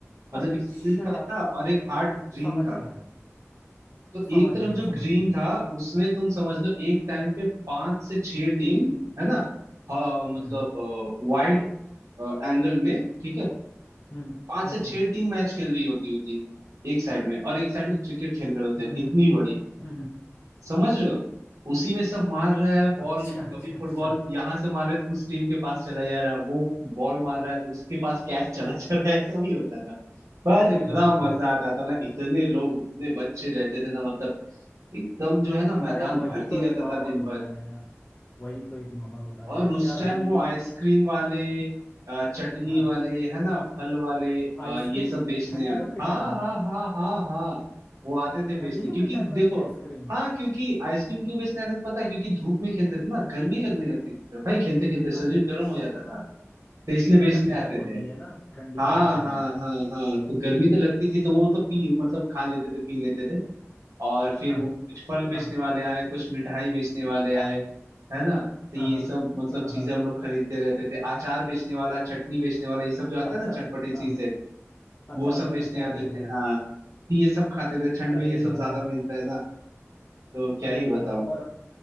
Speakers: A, on the right; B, on the left.
A: मतलब
B: अच्छा
A: एक सीमेंट का था और एक हार्ड ग्रीन
B: समझ
A: था
B: गया
A: तो
B: समझ
A: एक तरफ
B: गया
A: जो
B: समझ
A: ग्रीन
B: गया
A: था उसमें तुम समझ लो एक टाइम पे पांच से छह टीम है ना हाँ, मतलब
B: हम्म
A: वाइड एंगल में ठीक है
B: हम्म
A: पांच
B: हम्म
A: से
B: हम्म
A: छह टीम मैच खेल रही होती होती है एक साइड में और एक साइड में क्रिकेट खेल रहे होते
B: हम्म
A: हैं
B: हम्म,
A: इतनी बड़ी
B: हम्म।
A: समझ रहे हो उसी में सब मार रहा है बॉल
B: अच्छा अच्छा
A: कभी फुटबॉल
B: अच्छा
A: यहाँ से मार रहे तो उस टीम के पास चला जा रहा है वो बॉल मार रहा है तो उसके पास कैच चला जा रहा है ऐसा भी होता था पर
B: अरे
A: इतना
B: बाप रे
A: मजा आता था ना इतने लोग इतने बच्चे रहते थे ना मतलब एकदम जो है ना मैदान
B: अरे वही
A: भरती
B: तो एक
A: रहता
B: माहौल
A: था दिन
B: होता
A: भर
B: है यार वही तो एक माहौल होता है
A: और
B: यार
A: उस
B: यार
A: टाइम
B: हम
A: वो
B: भी
A: आइसक्रीम वाले अ, चटनी
B: हाँ
A: वाले है ना फल वाले
B: आइसक्रीम
A: अ, ये सब बेचने
B: ठंडियों
A: यार
B: के
A: हाँ
B: टाइम में
A: हाँ हाँ हाँ हाँ वो आते थे
B: ठंडियों
A: बेचने क्योंकि
B: के टाइम में
A: देखो
B: भी आइसक्रीम
A: हाँ क्योंकि आइसक्रीम क्यों बेचने आते थे पता है क्योंकि धूप में खेलते थे ना गर्मी लगने लगती थी फिर भाई खेलते खेलते
B: अच्छा
A: शरीर गर्म हो जाता था तो इसलिए बेचने
B: चटक धूप
A: आते
B: होती
A: थे
B: है ना ठंडियों
A: हाँ
B: के टाइम
A: हाँ
B: पे हम्म
A: हाँ हाँ तो गर्मी तो लगती थी तो वो तो पी मतलब खा लेते थे पी लेते थे और फिर
B: हाँ
A: वो कुछ फल बेचने
B: हाँ
A: वाले आए कुछ मिठाई बेचने वाले
B: हाँ
A: आए है ना तो
B: हाँ
A: ये
B: हाँ
A: सब मतलब
B: हाँ
A: चीजें
B: हाँ
A: हम लोग खरीदते रहते थे अचार बेचने वाला चटनी बेचने वाला ये सब जो आता
B: अचार
A: है ना चटपटी चीजें
B: हाँ
A: वो
B: अचार
A: सब बेचने
B: अचार
A: आते
B: वगैरह
A: थे हाँ तो ये सब खाते थे ठंड
B: अरे
A: में ये सब
B: यार
A: ज्यादा मिलता है ना तो क्या
B: अरे
A: ही बताऊं
B: यार और